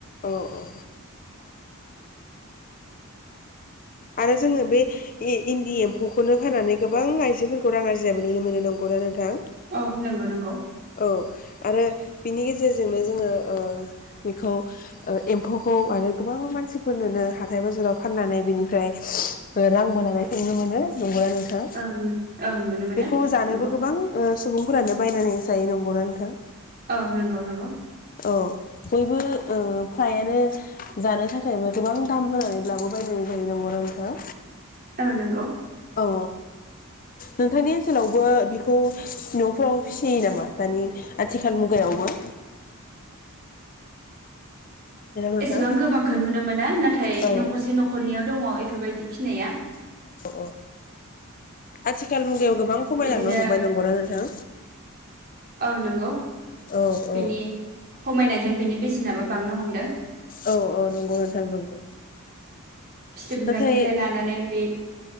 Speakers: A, on the left; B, on the right.
A: औ औ आरो जोङो बे इन्दि एम्फौखौनो फाननानै गोबां आइजोफोरखौ रां आरजिनायबो नुनो मोनो नंगौना नोंथां
B: औ नंगौ नंगौ
A: औ आरो बिनि गेजेरजोंनो जोङो ओ बेखौ ओ एम्फौखौ आरो गोबां मानसिफोरनोनो हाथाय बाजाराव फाननानै बिनि फ्राय रां मोननायखौनो नुनो मोनो नंगौना थां
B: औ औ नुनो मोनो
A: बेखौ जानोबो
B: नंगौ
A: गोबां ओ सुबुंफोरानो बायनानै <unintelligible> नंगौना नोंथां?
B: औ नंगौ नंगौ
A: औ बयबो ओ फ्रायानो जानो थाखायबो गोबां दाम होनानैब्लाबो बायलायनाय जायो नंगौना नोंथां?
B: औ नंगौ।
A: औ नोंथांनि ओनसोलावबो बेखौ न'फ्राव फिसियो नामा दानि आथिखाल मुगायावबो हेलौ नोंथां
B: एसेबां गोबांखौ नुनो मोना नाथाय
A: औ
B: न'खरसे न'खरनियाव दङ फोरबायदि फिनाया
A: अ आथिखाल मुगायाव
B: इदिनो
A: गोबां खमायलांनो हमबाय नंगौना नोंथां?
B: औ नंगौ
A: औ
B: बिनि
A: औ
B: खमायनायजों बिनि बेसेनाबो बांनो हमदों।
A: औ औ नंगौ नोंथां नंगौ
B: फिथोब
A: नाथाय
B: <unintelligible> लानानै बे